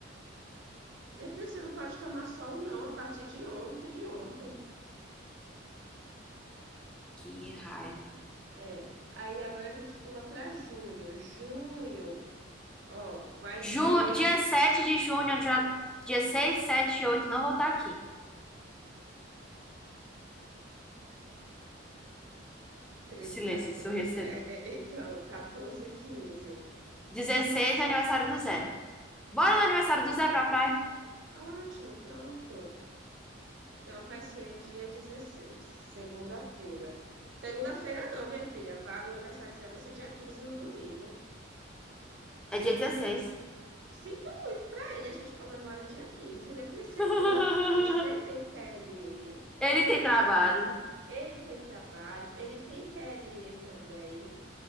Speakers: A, on the right; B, in the centre.
A: Minha filha, você não pode tomar sol, não, a partir de ontem, de ontem.
B: Que raiva.
A: É. Aí, agora a gente pula para junho. Junho, ó, vai
B: Ju,
A: ter
B: dia 7 de junho, dia, dia seis, sete, e 8, não vou estar aqui.
A: 13,
B: O silêncio
A: 14.
B: ensurdecedor.
A: É, é, então, 14, quinze.
B: 16 é aniversário do Zé. Bora no aniversário do Zé pra praia?
A: Ótimo, pronto. Então vai ser dia 16, segunda-feira. Segunda-feira não, minha filha. Vá- o aniversário do Zé vai ser dia 15 no domingo.
B: É dia 16.
A: Sinto muito pra ele, a gente comemora dia 15. Minha filha, segunda,
B: <laughs>
A: você tem PLE,
B: Ele tem trabalho.
A: ele tem trabalho, ele tem PLE também.